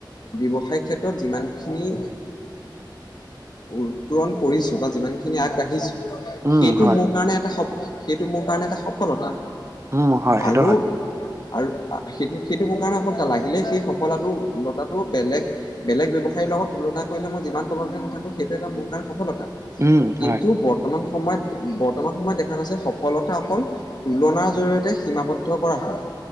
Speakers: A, on the left; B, on the right.
A: ব্যৱসায় ক্ষেত্ৰত যিমানখিনি উত্তৰণ কৰিছো বা যিমান খিনি আগবাঢ়িছো
B: উম
A: সেইটো
B: হয়
A: মোৰ কাৰণে এটা স সেইটো মোৰ কাৰণে এটা সফলতা।
B: উম হয় সেইটো
A: আৰু
B: হয়
A: আৰু সেইটো সেইটো মোৰ কাৰণে সফলতা লাগিলেই সেই সফলাটো লতাটো বেলেগ বেলেগ ব্যৱসায়ীৰ লগত তুলনা কৰিলে মই যিমান তুলনাত নাথাকো সেইটো এটা মোৰ কাৰণে সফলতা।
B: উম
A: কিন্তু
B: হয়
A: ব ৰ্তমান সময়ত বৰ্তমান সময়ত দেখা গৈছে সফলতা অকল তুলনাৰ জৰিয় তে সীমাবদ্ধ কৰা হয়।